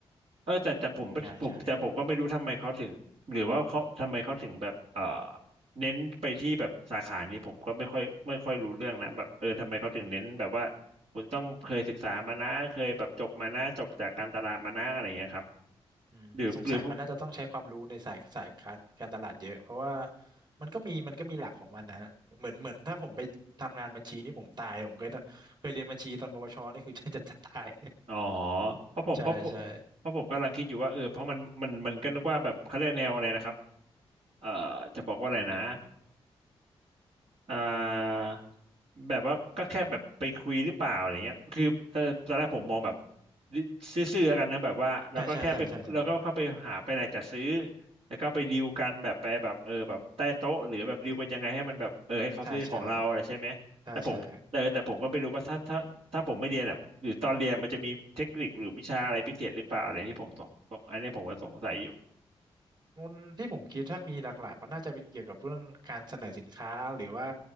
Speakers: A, on the right; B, on the right.
A: เออแต่แต่ผมผมแต่ผมก็ไม่รู้ทำไมเขาถึงหรือว่าเขาทำไมเขาถึงแบบเออ
B: ใช่ใช่
A: เน้นไปที่แบบสาขานี้ผมก็ไม่ค่อยไม่ค่อยรู้เรื่องนะแบบเออทำไมเขาถึงเน้นแบบว่าคุณต้องเคยศึกษามานะเคยแบบจบมานะจบจากการตลาดมานะอะไรอย่างเงี้ยครับ
B: อืมสงสัยมันน่าจะต้องใช้ความรู้ในสายสายการการตลาดเยอะเพราะว่า
A: หรือหรือ
B: มันก็มีมันก็มีหลักของมันนะฮะเหมือนเหมือนถ้าผมไปทำงานบัญชีนี่ผมตายผมเคยเคยเรียนบัญชีตอนปวชนี่คือ <laughs> จะจะจะตาย
A: อ๋อเพราะผมเพราะผมเพราะผมกำลังคิดอยู่ว่าเออเพราะมันมันมันก็นึกว่าแบบเขาเรียกแนวอะไรนะครับ
B: ใช่ใช่
A: เอ่อจะบอกว่าอะไรนะ อ่าแบบว่าก็แค่แบบไปคุยหรือเปล่าอะไรเงี้ยคือตอนตอนแรกผมมองแบบซื่อๆแล้วกันนะแบบว่าเราก็แค่ไปเราก็เข้าไปหาไปไหนจะซื้อ
B: ใช่ใช่ใช่ใช่ใช่นึกออ
A: แล้วก็ไปดีลกันแบบไปแบบเออแบบใต้โต๊ะหรือแบบดีลกันยังไงให้มันแบบเออให้เขาซื้อของเราอะไรใช่ไหมแต่ผมเออแต่ผมก็ไม่รู้ว่าถ้าถ้าถ้าผมไม่เรียนอ่ะหรือตอนเรียนมันจะมีเทคนิคหรือวิชาอะไรพิเศษหรือเปล่าอะไรที่ผมสงสงอันนี้ผมก็สงสัยอยู่
B: นแรกใช่ใช่ใช่ใช่งนที่ผมคิดถ้ามีหลักๆก็น่าจะเป็นเกี่ยวกับเรื่องการเสนอสินค้าหรือว่า